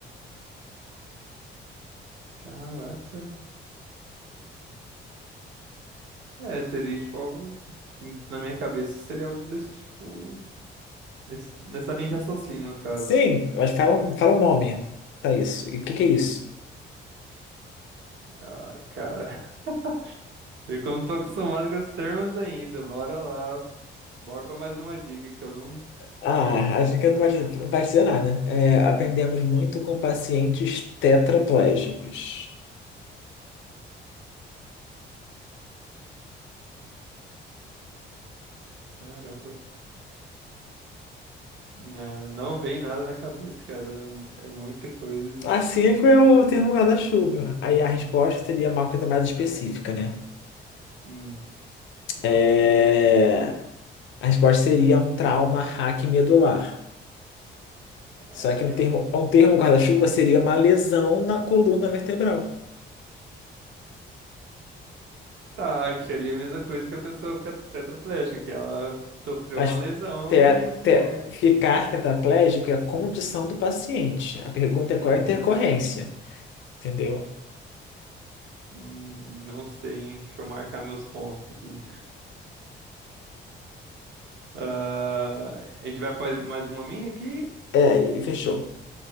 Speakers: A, on the right; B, on the left.
A: Caraca. É, seria tipo algo. Na minha cabeça seria algo desse tipo. nesse- nessa linha de raciocínio, no caso.
B: Sim, mas fala, fala o nome para isso. E o que que é isso?
A: Ai, cara. <laughs> Eu que não tô acostumado com esses termos ainda. Bora lá. Bora pra mais uma dica que eu não.
B: Ah, a dica não vai, não vai dizer nada. É, aprendemos muito com pacientes tetraplégicos.
A: Caramba. Não, não vem nada na cabeça, cara. É muita coisa.
B: A
A: tipo,
B: cinco é o termo guarda-chuva. Aí a resposta seria uma coisa mais específica, né?
A: Hum, e
B: É.
A: qual seria a resposta?
B: A resposta seria um trauma hack medular.
A: É,
B: Só que um
A: realmente.
B: termo, um termo guarda-chuva seria uma lesão na coluna vertebral.
A: Tá, que seria a mesma coisa que a pessoa fica tetraplégica, que ela sofreu
B: Mas
A: uma lesão
B: te-
A: e ficou.
B: te- ficar tetraplégico é a condição do paciente. A pergunta
A: Sim.
B: é qual é a intercorrência, entendeu?
A: Hum, não sei, hein? Deixa eu marcar meus pontos aqui. Ah, a gente vai fazer mais uma minha aqui?
B: É, e fechou.